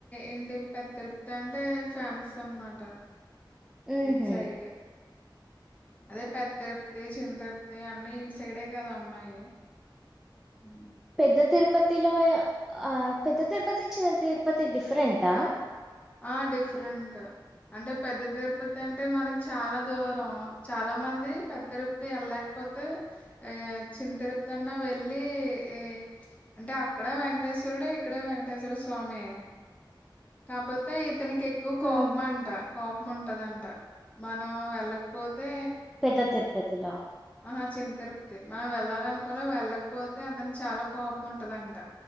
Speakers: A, on the left; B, in the centre.
A: ఏంటి <unintelligible> తి అంటే ఫేమస్ అనమాట
B: ఉహు
A: <unintelligible> సైడ్ అదే ప తిరుప్తి చింతప్తి అన్ని ఇన్ సైడే కదా ఉన్నాయి ఉ
B: పెద్ద తిరుపతి లొ ఆ పెద్ద తిరుపతి చిన్న తిరుపతి డిఫరెంట్ ఆ
A: ఆ డిఫరెంట్ అంటే పెద్ద తిరుపతి అంటే మనకి చాల దూరం చాలా మంది పెద్ద <unintelligible> పోతే ఆ <unintelligible> వెళ్ళి ఈ అంటే అక్కడ వెంకటేశ్వరుడే ఇక్కడ వెంకటేశ్వర స్వామి కాపో <unintelligible> ఇతనికి ఎక్కువ కోపం
B: మ్మ్
A: అంట కోపం ఉంటాదంట మనం వెళ్ళకపోతే
B: పెద్ద తిరపతిల్లో
A: ఆహా చింత <unintelligible> మనం వెళ్ళాలి అనుకుని వెళ్ళకపోతే అతనికి చాలా కోపం ఉంటదంట